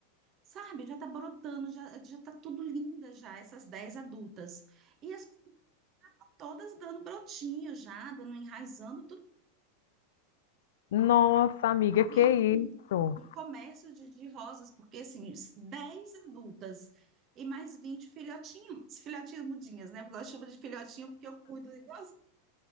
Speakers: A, on the right; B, on the left.
A: sabe? Já tá brotando, já, já tá tudo linda já, essas 10 adultas. E as todas dando brotinho já, dando, enraizando
B: Nossa, amiga, que
A: abrir
B: isso?
A: um, um comércio de, de rosas, porque assim, 10 adultas e mais 20 filhotinhos, filhotinhos mudinhas, né? Eu gosto de chamar de filhotinho porque eu cuido igualzinho